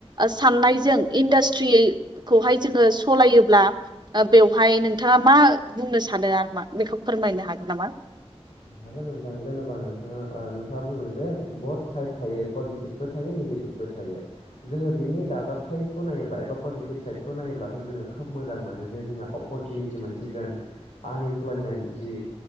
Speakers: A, on the right (about 40°); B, on the left (about 85°).
A: साननायजों इन्डास ट्रिखौहाय जोङो सालायोब्ला बेवहाय नोंथाङा मा बुंनो सानो आरो मा बेखौ फोरमायनो हागोन नामा?
B: हागोन नोंथां जेनेबा नोंथाङा नोंथाङा बुंदों जे बहुत साइद थायो पजिटिभबो था यो नेगेटिभबो थायो जोङो बिनि दाजाबथायखौ नायोब्ला एबा पजिटिभ साइडखौ नायोब्लाथ' जोङो खा खोब मोजां मोनो जे जोंहा अपरसुनिटि मोनसिगोन आनइमप्लयमेन्ट जि